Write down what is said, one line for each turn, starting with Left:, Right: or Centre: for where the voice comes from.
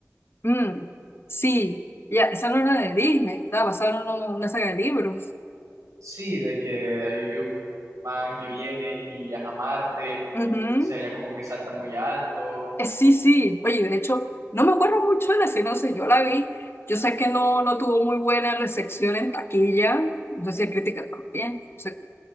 Left: mm, sí, ya, esa no es la de Disney, que estaba basada en uno- una saga de libros.
Right: Sí, de que hay un man que viene y viaja a Marte,
Left: Ujú.
Right: o sea, ya como que salta muy alto.
Left: Eh, sí, sí, oye, de hecho, no me acuerdo mucho de la sinopsis, yo la vi, yo sé que no, no tuvo muy buena recepción en taquilla, no sé si en crítica también, no sé,